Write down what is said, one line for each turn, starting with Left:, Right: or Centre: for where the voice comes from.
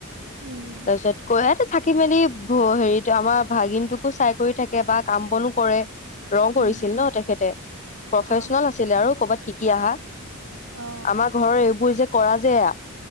Right: উম উম
Left: তাৰ পিছত কৈ থাকি মেলি হেৰি আমাৰ ভাগিনটোকো চাই কৰি থাকে বা কাম বনো কৰে। ৰং কৰিছিল
Right: উম
Left: ন তেখেতে, প্ৰফেচনেল
Right: অ
Left: আছিলে আৰু ক'বাত। শিকি আহা।
Right: অ
Left: আমাৰ ঘৰৰ এইবোৰ যে। কৰা যেয়া।